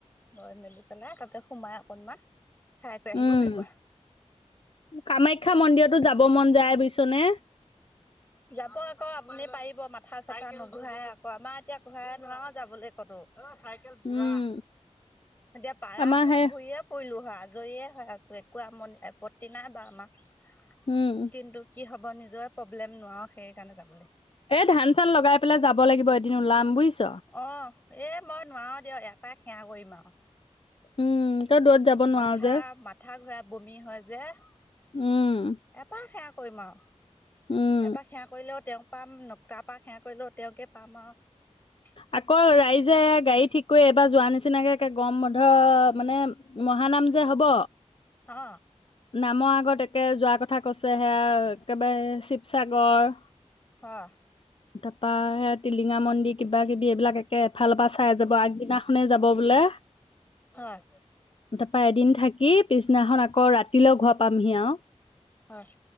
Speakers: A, on the left (about 15°); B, on the left (about 50°).
A: হয় মেলি পেলাই তাতে সোমাই অকনমান চাই কৈ আহিব
B: উম।
A: পাৰিব।
B: কামাখ্যা মন্দিৰতো যাব মন যায় বুজিছনে
A: যাব আকৌ আপুনি পাৰিব মাথা চাথা নুঘূৰাই আকৌ আমাৰ এতিয়া ঘূৰাই নোৱাৰো যাবলৈ ক'তো অ চাইকেল বুঢ়া
B: উম
A: এতিয়া পাৰা
B: আমাৰ
A: হয়
B: সে
A: ঘূৰিয়ে ফুৰি লো হয় আজৰিয়ে হয় আছোঁ <unintelligible> <unintelligible>
B: উম
A: কিন্তু কি হ' নিজৰ প্ৰব্লেম নোৱাৰো সেই সেইকাৰণে যাবলৈ
B: এ ধান চান লগাই পেলাই যাব লাগিব এদিন ওলাম বুজিছ
A: অ। এ মই নোৱাৰো দিয়ক ইয়াৰ পৰাই সেৱা কৰিম আৰু
B: উম তই দূৰত যাব নোৱাৰ
A: মাথা
B: যে
A: মাথা ঘূৰাই বমি হয় যে ইয়াৰপাই
B: উম
A: সেৱা কৰিম আৰু
B: উম
A: এপা সেৱা কৰিলেও তেওঁক পাম ন তাৰ পৰা সেৱা কৰিলো তেওঁকে পাম আৰু।
B: আকৌ ৰাইজে গাড়ী ঠিক কৰি এইবাৰ যোৱা নিচিনাকেে গৰম বধ মানে মহানাম যে হব।
A: অ
B: নামৰ আগত একে যোৱাৰ কথা কৈছেহে সেয়া একেবাৰে শিৱসাগৰ।
A: হয়।
B: তাৰপৰা সেয়া টিলিঙা মন্দিৰ কিবা কিবা কিবি এইবিলাক একে এফালৰ পৰা চাই যাব আগদিনাখনে যাব বোলে,
A: হয়
B: তাৰপৰা এদিন থাকি পিছদিনাখন আকৌ ৰাতিলৈ ঘোৱা পামহি আৰু।
A: হয়,